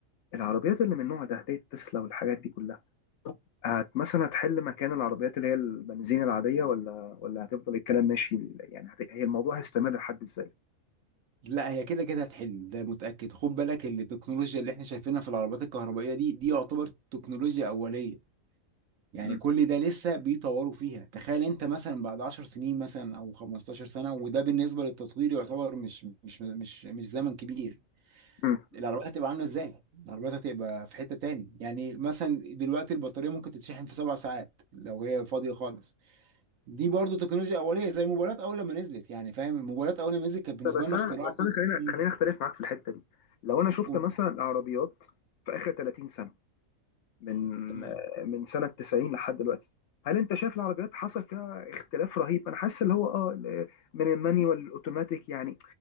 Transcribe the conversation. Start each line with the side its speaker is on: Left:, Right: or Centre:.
Left: العربيات اللي من النوع ده زي التسلا والحاجات دي كلها هت مثلا هتحل مكان العربيات اللي هي البنزين العادية ولا ولا هتفضل الكلام ماشي يعني هت- هي الموضوع هيستمر لحد ازاي؟
Right: لا هي كده كده هتحل ده متأكد خد بالك إن التكنولوجيا اللي احنا شايفينها في العربات الكهربائية دي دي يعتبر تكنولوجيا أولية يعني
Left: مم.
Right: كل ده لسه بيطوروا فيها تخيل انت مثلا بعد 10 سنين مثلا او 15 سنة وده بالنسبة للتصوير يعتبر مش مش مش مش زمن كبير
Left: مم.
Right: العربيات هتبقى عاملة ازاي؟ العربيات هتبقى في حتة تاني يعني مثلا دلوقتي البطارية ممكن تتشحن في سبع ساعات لو هي فاضية خالص دي برضو تكنولوجيا أولية زي الموبايلات أول لما نزلت يعني فاهم الموبايلات أول لما نزلت كانت بالنسبة
Left: بس
Right: لنا
Left: انا
Right: اختراع
Left: بس
Right: كنت
Left: انا خلينا
Right: مم.
Left: خلينا اختلف معاك في الحتة دي لو انا شفت
Right: قول.
Left: مثلا العربيات في اخر 30 سنة من
Right: تمام
Left: من سنة 90 لحد دلوقتي هل انت شايف العربيات حصل فيها اختلاف رهيب انا حاسس اللي هو اه ال- من المانيوال الاوتوماتيك يعني